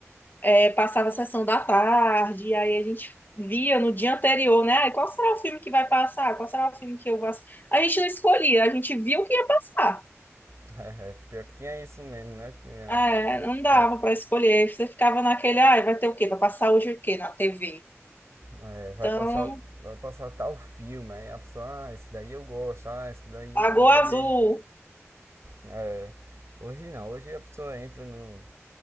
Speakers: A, on the left; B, on the right.
A: É, passava a sessão da tarde, e aí a gente via no dia anterior, né? Ai, qual será o filme que vai passar? Qual será o filme que eu vou assistir? A gente não escolhia, a gente via o que ia passar.
B: <laughs> é pior que tinha isso mesmo, né? Tinha,
A: Ah, É, não dava
B: vai
A: para escolher, você ficava naquele, ai, vai ter o quê? Vai passar hoje o quê na TV?
B: É, vai
A: Então,
B: passar, vai passar tal filme, aí a pessoa, ah, esse daí eu gosto, ah, esse daí
A: Lagoa
B: eu nunca vi.
A: Azul,
B: É, hoje não, hoje a pessoa entra num,